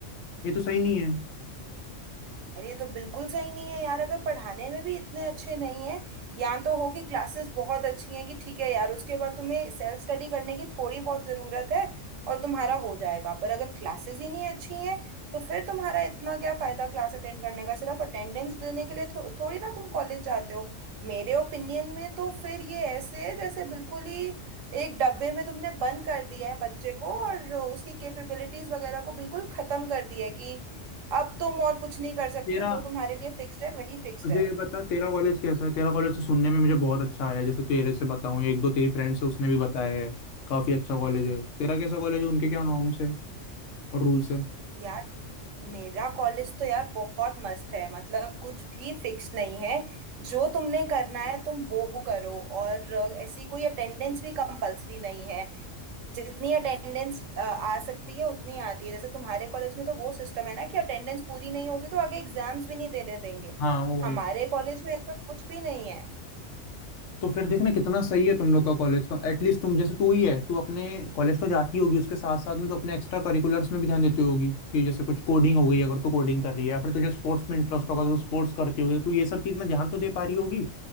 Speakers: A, on the left; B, on the right.
A: ये तो सही नहीं है
B: अरे ये तो बिल्कुल सही नहीं है यार अगर पढ़ाने में भी इतने अच्छे नहीं है या तो हो कि क्लासेस बहुत अच्छी हैं कि ठीक है यार उसके बाद तुम्हें सेल्फ स्टडी करने की थोड़ी बहुत ज़रूरत है और तुम्हारा हो जाएगा पर अगर क्लासेस ही नहीं अच्छी हैं तो फिर तुम्हारा इतना क्या फ़ायदा क्लास अटेंड करने का सिर्फ अटेंडेंस देने के लिए थो, थोड़ी ना तुम कॉलेज जाते हो मेरे ओपिनियन में तो फिर ये ऐसे है जैसे बिल्कुल ही एक डब्बे में तुमने बंद कर दिया है बच्चे को और उसकी कैपेबिलिटीज़ वगैरह को बिल्कुल ख़त्म कर दिया है कि अब तुम और कुछ नहीं कर सकते
A: तेरा
B: हो जो तुम्हारे लिए फिक्स्ड है वही फिक्स्ड
A: मुझे
B: है
A: ये बता तेरा कॉलेज कैसा है तेरा कॉलेज तो सुनने में मुझे बहुत अच्छा आया जैसे तेरे से बताऊं एक दो तेरी फ्रेंड से उसने भी बताया है काफी अच्छा कॉलेज है तेरा कैसा कॉलेज है उनके क्या नॉर्म्स है और रूल्स है
B: यार मेरा कॉलेज तो यार बहुत मस्त है मतलब कुछ भी फिक्स नहीं है जो तुमने करना है तुम वो करो और अ, ऐसी कोई अटेंडेंस भी कंपलसरी नहीं है जितनी अटेंडेंस आ सकती है उतनी आती है जैसे तुम्हारे कॉलेज में तो वो सिस्टम है ना कि अटेंडेंस पूरी नहीं होगी तो आगे एग्जाम्स भी नहीं देने देंगे
A: हाँ वो
B: हमारे कॉलेज में ऐसा कुछ भी नहीं है
A: तो फिर देखना कितना सही है तुम लोग का कॉलेज का एटलीस्ट तुम जैसे तू ही है तू अपने कॉलेज तो जाती होगी उसके साथ साथ में तो अपने एक्स्ट्रा करिकुलर्स में भी ध्यान देती होगी कि जैसे कुछ कोडिंग हो गई अगर तू कोडिंग कर रही है या फिर तुझे स्पोर्ट्स में इंटरेस्ट होगा तो स्पोर्ट्स करती होगी तो तू ये सब चीज में ध्यान तो दे पा रही होगी